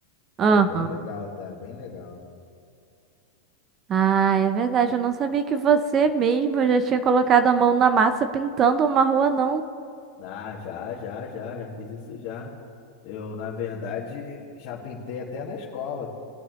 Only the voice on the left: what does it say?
Era bem legal, tá? Bem legal.
Ah, já, já, já, já fiz isso já. Eu, na verdade, já pintei até na escola.